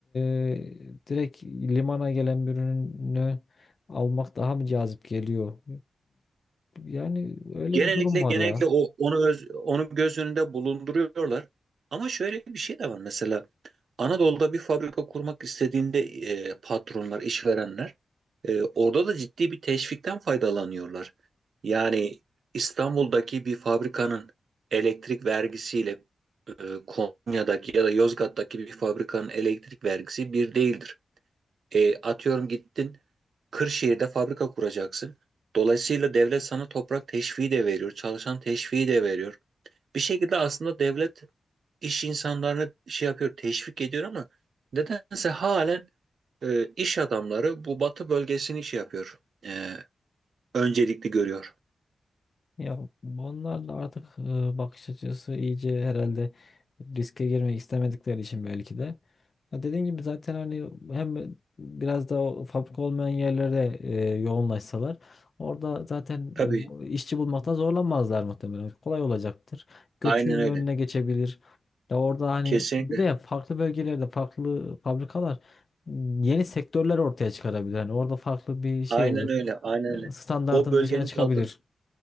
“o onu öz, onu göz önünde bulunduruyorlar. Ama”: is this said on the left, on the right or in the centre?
Right